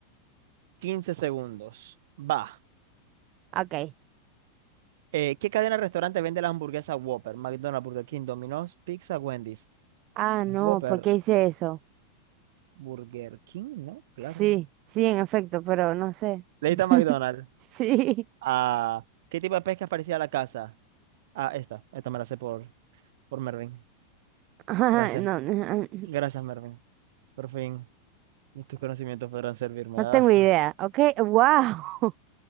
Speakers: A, on the right (about 55°); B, on the right (about 40°).
A: 15 segundos. Va.
B: ok,
A: Eh, ¿qué cadena de restaurante vende las hamburguesas Whopper? McDonald's, Burger King, Domino's, Pizza, Wendy's.
B: ah, no,
A: Whopper,
B: ¿por qué hice eso?
A: Burger King, ¿no? Claro.
B: Sí, sí, en efecto, pero no sé,
A: Le
B: <laughs>
A: a McDonald's.
B: sí,
A: Ah, ¿qué tipo de pesca parecía a la casa? Ah, esta, esta me la sé por, por Mervin.
B: Ah,
A: Gracias,
B: no, no, ah,
A: gracias, Mervin. Por fin, mis tus conocimientos podrán servirme.
B: no
A: Ah.
B: tengo idea, ok, wow.